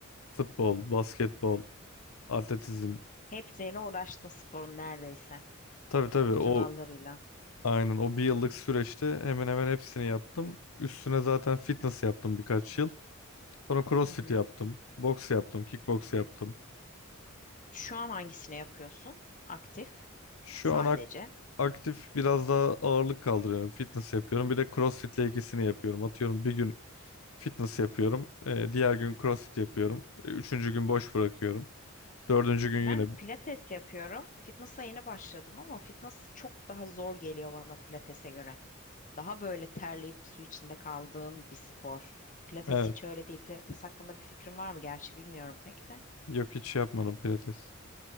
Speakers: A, on the left; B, on the left.
A: futbol, basketbol, atletizm.
B: Hepsiyle uğraştın sporun neredeyse.
A: Tabii tabii
B: Bütün
A: o
B: dallarıyla.
A: aynen o bir yıllık süreçte hemen hemen hepsini yaptım. Üstüne zaten fitness yaptım birkaç yıl. Sonra crossfit
B: Hı hı.
A: yaptım, boks yaptım, kickboks yaptım.
B: Şu an hangisini yapıyorsun? Aktif
A: Şu
B: sadece.
A: an ak- aktif biraz daha ağırlık kaldırıyorum. Fitness yapıyorum. Bir de CrossFit'le ikisini yapıyorum. Atıyorum bir gün fitness yapıyorum. e, diğer gün CrossFit yapıyorum. E, Üçüncü gün boş bırakıyorum. Dördüncü gün
B: Ben
A: yine
B: pilates yapıyorum. Fitness'a yeni başladım ama fitness çok daha zor geliyor bana pilates'e göre. Daha böyle terleyip su içinde kaldığın bir spor. Pilates
A: evet.
B: hiç öyle değil. Pilates hakkında bir fikrin var mı? Gerçi bilmiyorum pek de.
A: Yok hiç şey yapmadım pilates.